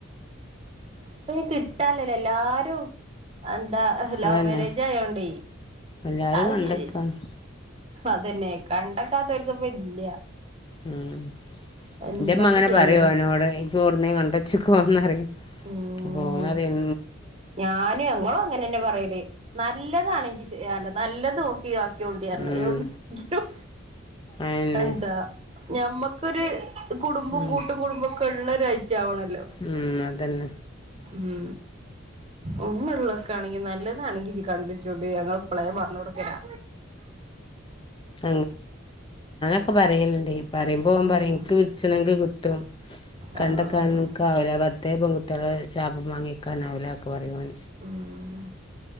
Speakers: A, on the right (about 30°); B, on the left (about 25°).
A: ഇപ്പയ്നി കിട്ടാൻലല്ലോ എല്ലാരും അ ന്താ ലവ്
B: അതന്നെ
A: മാരേജ ആയോണ്ടെ
B: എല്ലാരും
A: ആഹ്
B: കണ്ടക്കാണ്
A: ചെയ് അതെന്നെ കണ്ടക്കാത്തോൽക്ക്പ്പല്ല്യ
B: ഉം
A: എന്താപ്പ
B: ഇന്റെമ്മങ്ങനെ
A: ചെയ്യ്ണ്
B: പറയുവോനോട് ഇജോട്ന്നേലും കൊണ്ടച്ചക്കോന്നറിയും.
A: ഉം
B: പോ നറിം
A: ഞാനും ഞങ്ങളും അങ്ങനെന്നെ പറയല് നല്ലതാണെങ്കില്ല നല്ലതും ക്കി ആക്കോണ്ടിയർഞ്ഞ്
B: ഉം
A: എവിട്ന്നും.
B: അതന്നെ
A: എന്താ ഞമ്മക്കൊരു കുടുംബം
B: ഉം
A: കൂട്ടും കുടുംബക്കെ ഉള്ളൊരു അയ് ആവണല്ലോ
B: ഉം അതന്നെ
A: ഉം ഒന്നിള്ളൊക്കാണെങ്കി നല്ലതാണെങ്കി ജ്ജ് കണ്ടെച്ചൊണ്ടി ഞങ്ങൾ പ്പളേ പറഞ്ഞൊട്ക്കലാ
B: ഉം ഒെ പറയലണ്ട് പറയുമ്പോപറെം
A: ഉം
B: ക്ക് വിച്ചണെങ്കിൽ ത്തും കണ്ടെക്കൻക്കാവില്ല
A: ആഹ്
B: വെറുതേ പെൺകുട്ടികളെ ശാപം വാങ്ങി വെക്കാന ആാവില്ല കുറവണ
A: ഉം